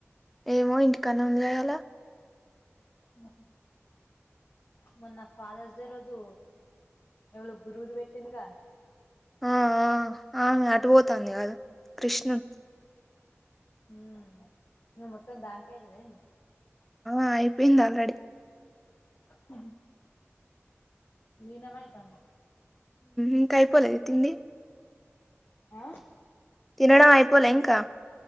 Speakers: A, in the centre; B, on the left.
A: ఏమో ఇంటికానే వుంది కదా ఇయలా
B: ఊహు మొన్న ఫాదర్స్ డే రోజు ఎవళో గురువుది పెట్టిందిగా
A: ఆ ఆ ఆమె అటు పోతంది కాద క్రిష్నున్
B: ఊ ఇగ మొత్తం దానికే ఐతద ఏంది
A: ఆ అయిపోయింది ఆల్రెడీ
B: ఉ ఏమన్నైతాందా
A: ఇంక ఐపోలేదా తిండి
B: ఆ
A: తినడం అయిపోలే ఇంకా